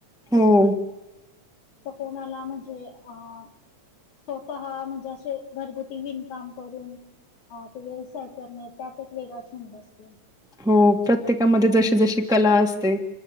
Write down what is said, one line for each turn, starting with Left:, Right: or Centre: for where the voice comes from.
Centre: हं
Left: तर कोणाला म्हणजे अ स्वतः म्हणजे असे घरगुती विणकाम करून ह ते व्यवसाय करणे त्यात एक वेगळा छंद असतो.
Centre: हो प्रत्येकामध्ये जशी जशी कला असते